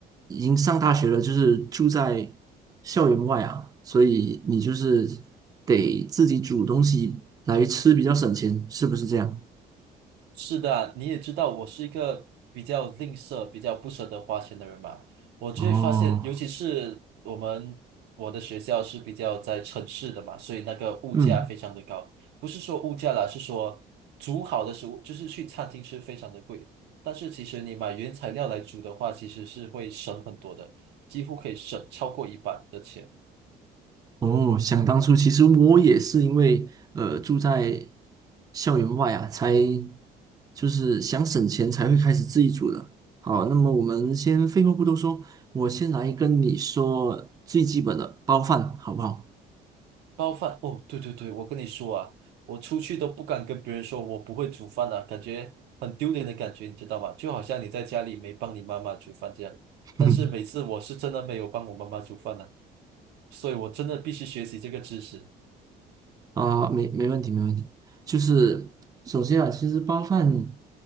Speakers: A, on the right; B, on the right.
A: 已经上大学了，就是住在校园外啊，所以你就是得自己煮东西来吃比较省钱，是不是这样？
B: 是的啊你也知道我是一个比较吝啬、比较不舍得花钱的人嘛。我就会发现，
A: 哦，
B: 尤其是我们我的学校是比较在城市的嘛，所以那个物价非常的高。
A: 嗯。
B: 不是说物价啦，是说煮好的食物，就是去餐厅吃非常的贵。但是其实你买原材料来煮的话，其实是会省很多的，几乎可以省超过一半的钱。
A: 哦，想当初，其实我也是因为呃住在校园外啊，才就是想省钱才会开始自己煮的。好，那么我们先废话不多说，我先来跟你说最基本的包饭，好不好？
B: 包饭哦，对对对，我跟你说啊，我出去都不敢跟别人说我不会煮饭啊，感觉很丢脸的感觉，你知道吗？就好像你在家里没帮你妈妈煮饭这样。
A: <laughs>
B: 但是每次我是真的没有帮我妈妈煮饭呢、所以我真的必须学习这个知识。
A: 啊，没没问题，没问题。就是首先啊，其实包饭，